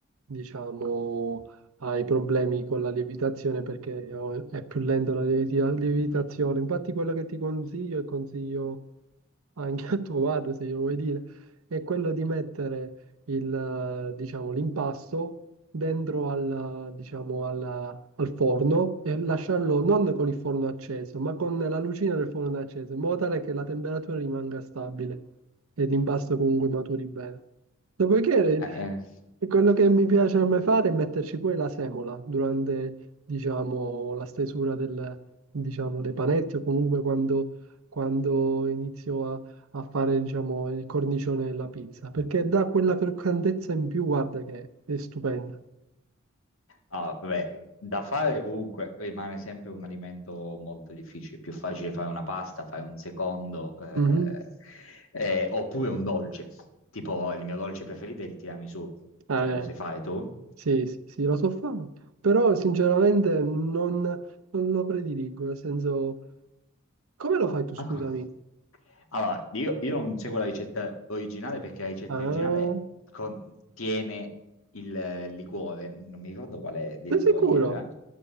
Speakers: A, on the right; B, on the left.
A: diciamo, hai problemi con la lievitazione perché eh, è più lenta la lievi- la lievitazione. Infatti quello che ti consiglio e consiglio anche <laughs> a tuo padre, se io vuoi dire, è quello di mettere il, eh, diciamo, l'impasto dentro al, diciamo, alla- al forno e lasciarlo non con il forno acceso, ma con la lucina del forno acceso, in modo tale che la temperatura rimanga stabile e l'impasto comunque maturi bene. Dopodiché,
B: Eh, eh.
A: quello che mi piace a me fare è metterci poi la semola durante, diciamo, la stesura del, diciamo, dei panetti o comunque quando, quando inizio a fare, diciamo, il cornicione della pizza, perché dà quella croccantezza in più, guarda che è stupenda.
B: Ah, vabbè, da fare comunque rimane sempre un alimento molto difficile. È più facile fare una pasta, fare un secondo, eh,
A: Mhm.
B: eh, oppure un dolce. Tipo, il mio dolce preferito è il tiramisù.
A: Eh,
B: Cioè, lo sai fare tu?
A: sì, sì, sì, lo so fare, però sinceramente non, non lo prediligo, nel senso, come lo fai tu, scusami?
B: Ma co- Allora, io, io non seguo la ricetta originale perché la ricetta
A: Ah,
B: originale contiene il eh, liquore, non mi ricordo quale dei
A: sei
B: liquori
A: sicuro?
B: era.